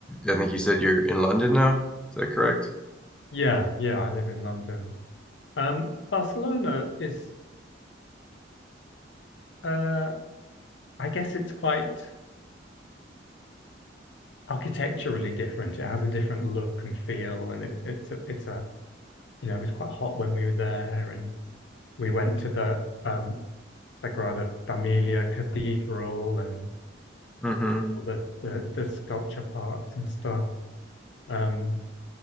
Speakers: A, in the centre; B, on the left (about 70°).
A: I think you said you're in London now. Is that correct?
B: Yeah, yeah, I live in London. Um, Barcelona is, uh, I guess it's quite architecturally different. It has a different look and feel, and it, it's a, it's a, you know, it was quite hot when we were there, and we went to the um, Sagrada Familia Cathedral and
A: Mm-hmm.
B: all the, the, the sculpture parks and stuff. Um,